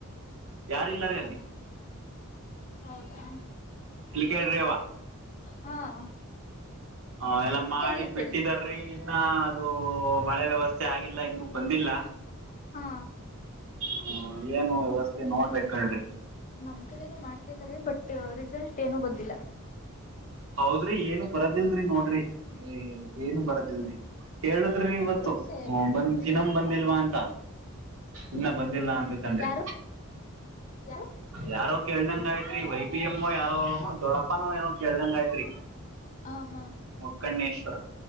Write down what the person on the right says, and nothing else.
ಯಾರಿಲ್ಲಾರಿ ಅಲ್ಲಿ.
ಇಲ್ಲಿ ಕೇಳ್ರಿವ.
ಹ ಎಲ್ಲ ಮಾಡಿ
ಬಿಟ್ಟಿದಾರೀ ಇನ್ನ ಅದು ಮಳೆ ವ್ಯವಸ್ಥೆ ಆಗಿಲ್ಲ ಇನ್ನು. ಬಂದಿಲ್ಲ
ಹ ಏನು ವ್ಯವಸ್ಥೆ ನೋಡ್ಬೇಕಲ್್ರಿ.
ಹೌದ್ರಿ ಏನು ಬರದಿಲ್ರಿ ನೋಡ್ರಿ ಏನು ಬರದಿಲ್ರಿ ಕೇಳುದ. ಆದ್ರ ಇವತ್ತು
ಹ ಬಂದ್
ಿನಮ್
ಬಂದಿಲ್ವಾ ಅಂತ. ಇನ್ನ ಬಂದಿಲ್ಲ ಅಂತ ಕಣ್ರಿ.
ಯಾರೋ ಕೇಳ್ದಂಗ ಯತ್ರಿ ವೈ ಬಿ ಎಂ ಯಾರೋ ದೊಡಪ್ಪನೋ ಏೋ ಕೇಳ್ದಂಗ ಆ್ತಿ.
ಮೊಕ್ಕಣ್ಣೇಶ್ವರ